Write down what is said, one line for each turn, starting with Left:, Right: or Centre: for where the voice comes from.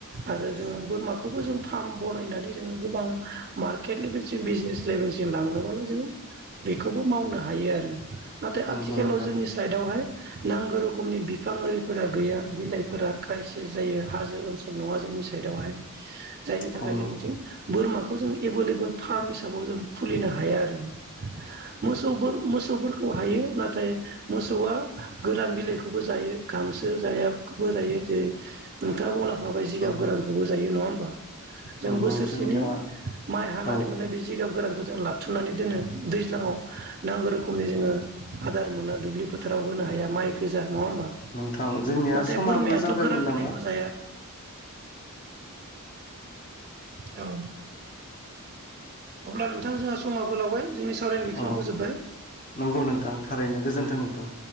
Right: आरो जोङो बोरमाखौबो जों फार्म बनायनानै जोङो गोबां मार्केट लेभेलसिम बिजनेस लेभेलसिम लांनोबालाय जोङो बेखौबो मावनो हायो आरो नाथाय
Left: नंगौ
Right: आथिखालाव
Left: नोंथां
Right: जोंनि साइडआवहाय नांगौ रोखोमनि बिफां ओरि फोरा गैया बिलाइफोरा क्राइसिस जायो हाजो ओनसोल नङा जोंनि साइदआवहाय जायनि थाखाय
Left: औ नंगौ
Right: जोंनिथिं बोरमाखौ जों एभेलेबोल फार्म हिसाबाव जों खुलिनो हाया आरो मोसौ बोर मोसौ मोसौफोरखौ हायो नाथाय मोसौआ गोरान बिलाइखौबो जायो गांसो जा जायो जेरै नोंथाङा बुंलांखाबाय जिगाब
Left: नंगौ
Right: गोरान
Left: नोंथां
Right: खौबौ जायो नङा होम्बा जों
Left: नंगौ
Right: बोसोरसेनि
Left: जोंनिया
Right: माइ हानानै
Left: औ
Right: मोननाय बे जिगाब गोरान जों लाथुमनानै दोनो दैज्लाङाव नांगौ रोखोमनि जोङो आदार मोना दुब्लि फोथाराव होन नो हाया माइ गोजा नङा होमबा
Left: नोंथां जोंनिया
Right: नाथाय
Left: समाबो
Right: बोरमायाथ'
Left: जाबायमोन
Right: गोरान
Left: नामा
Right: बिलाइखौ जाया। औ अब्ला नोंथां जोंहा समाबो लावबाय जोंनि सावरायखौ बिखिनियावनो
Left: अ
Right: फोजोबबाय।
Left: नंगौ नोंथां थारैनो गोजोनथों नोंथां।